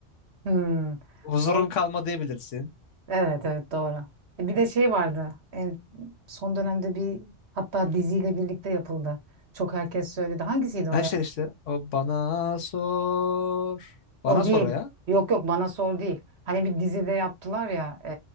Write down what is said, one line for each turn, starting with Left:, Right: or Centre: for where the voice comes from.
Right: Hmm.
Left: Huzurum
Right: Vallahi-
Left: kalmadı bilirsin.
Right: Evet evet doğru. E, Bir de şey vardı. En son dönemde bir hatta diziyle birlikte yapıldı. Çok herkes söyledi. Hangisiydi
Left: Ha
Right: o ya?
Left: işte işte o bana sor.
Right: O
Left: Bana
Right: değil.
Left: sor o ya.
Right: Yok yok bana sor değil. Hani bir dizide yaptılar ya e,